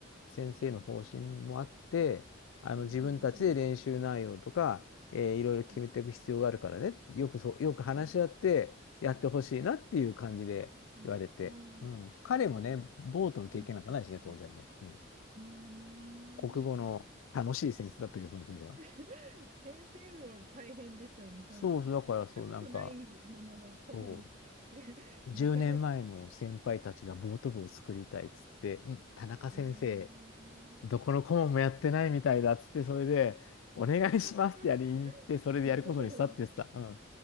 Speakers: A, on the left (about 85°); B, on the right (about 40°).
A: 先生の方針もあって、あの自分たちで練習内容とか、
B: うんうんうんう
A: えーいろいろ決めていく必要があるからねって、
B: んはい。
A: よくそう、よく話し合ってやってほしいなっていう感じで。
B: うんうん。
A: 言われて、
B: おー、
A: うん、彼もね、
B: いい
A: ボートの経験なんかないしね、
B: センスですね。
A: 当然ね。うん、
B: うーん。
A: 国語の楽しい先生だったけど、その先生は。
B: <laughs> 先生も大変ですよね。そう、
A: そうそう、
B: いやったことないものの顧問するって
A: だからそう、なんか、そ
B: <laughs>
A: う、
B: なかなか。
A: 10年前の先輩たちがボート部を作りたいっつって、うん、田中先生、
B: えー、
A: どこの顧問もやってないみたいだっつって、それで、お願いしますってやりに行って、
B: <laughs>
A: それでやることにしたって言ってた。
B: なるほど。
A: うん。